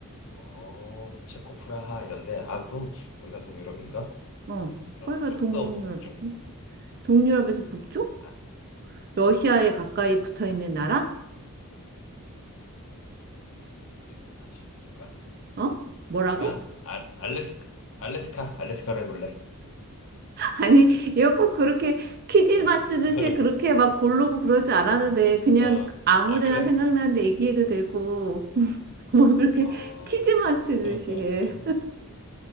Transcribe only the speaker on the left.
어, 체코 프라하 이런 데. 아, 그럼 거기가 동유럽인가?
그럼
좀
더 북쪽.
아,
음,
지금 다시 볼까?
그러면 알, 알래스카, 알래스카, 알래스카로 해볼래?
<laughs>
어,
아,
그래?
어,
어,
<laughs>